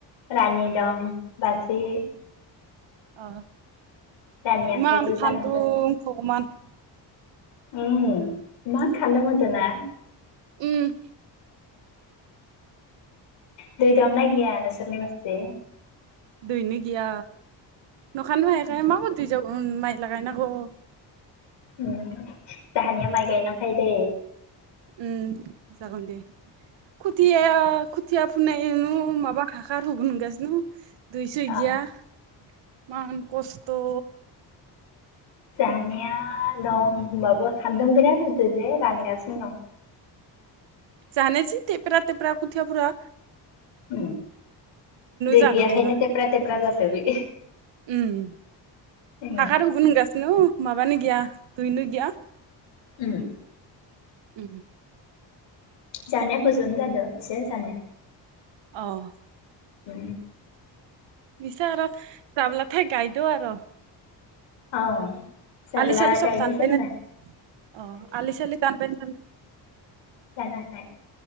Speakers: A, on the left (about 80°); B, on the right (about 80°).
A: रानि दं बासि
B: अ
A: रानिया
B: इमा
A: थाइजौ
B: सान्दुं
A: जानो होदों
B: मगमान।
A: उम एमान सान्दुं होदों ना?
B: उम
A: दै गांनाय गैया नोंसोरनि बादि।
B: दैनो गैया न'खनो हायाखै माब दै जाव उन माइ लागायनांगौ।
A: जाहानिया माइ गायना फै दै।
B: उम जागोन दे खुथिया खुथिया फुननाय नु माबा हाखार होगोन ओनगासिनो। दुइसो
A: अ
B: गैया एमान खस्थ'।
A: जानाया दं होनोमबाबो खान्दुं बिराद होदो जे रानगासिनो दं।
B: जानिया जि तेप्रा तेप्रा खथिया फुरा।
A: उम दै
B: जानो
A: गैयाखायनो
B: रोङा
A: थेब्रा थेब्रा जादो बे।
B: उम
A: उम
B: हाखार गुबगुन गाससिनो माबानो गैया दुइनो गैया।
A: उम
B: उम
A: जानाया गोजोन जादों एसे जानाया।
B: औ
A: औ
B: निस आरो जाबलथाय गाय दाव आरो
A: औ जाग्ला
B: आलि सालि सब
A: गायनोसै
B: दानबायनो
A: नो दा
B: अ आलि सलि गानबायमोन।
A: जानथाय